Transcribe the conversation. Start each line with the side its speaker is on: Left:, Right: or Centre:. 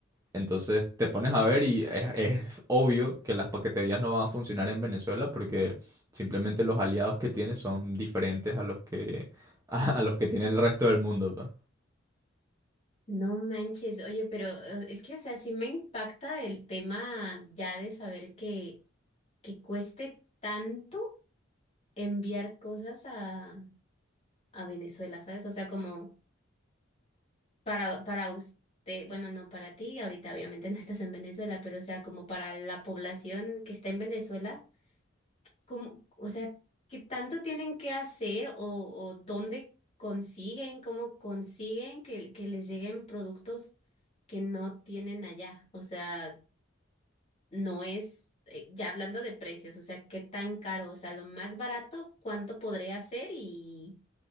Right: Entonces te pones a ver y es, es obvio que las paqueterías no van a funcionar en Venezuela porque simplemente los aliados que tiene son diferentes a los que, <laughs> a, a los que tiene el resto del mundo. pues.
Left: No manches, oye, pero eh, es que, o sea, sí me impacta el tema ya de saber que, que cueste tanto enviar cosas a, a Venezuela, ¿sabes? O sea, como para, para usted, bueno, no para ti, ahorita obviamente <laughs> no estás en Venezuela, pero o sea, como para la población que está en Venezuela, cómo- o sea, qué tanto tienen que hacer o, o dónde consiguen, cómo consiguen que, que les lleguen productos que no tienen allá. O sea, no es, eh, ya hablando de precios, o sea, qué tan caro, o sea, lo más barato, cuánto podría ser y